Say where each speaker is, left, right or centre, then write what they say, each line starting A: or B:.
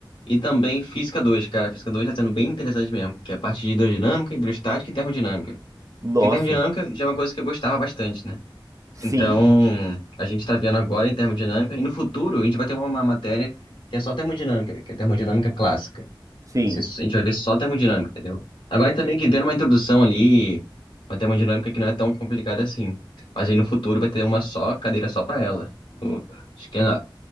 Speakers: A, on the left; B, on the right.
A: E também Física dois cara. Física 2 tá sendo bem interessante mesmo, que é a parte de hidrodinâmica, hidrostática e termodinâmica.
B: Nossa,
A: Porque termodinâmica já é uma coisa que eu gostava bastante, né?
B: sim,
A: Então, a gente tá vendo agora em termodinâmica, e no futuro a gente vai ter uma uma matéria que é só termodinâmica, que é termodinâmica clássica.
B: sim.
A: Você- a gente vai ver só termodinâmica, entendeu? Agora é também que vendo uma introdução ali, uma termodinâmica que não é tão complicada assim. Mas aí no futuro vai ter uma só cadeira só para ela. No- acho que é na-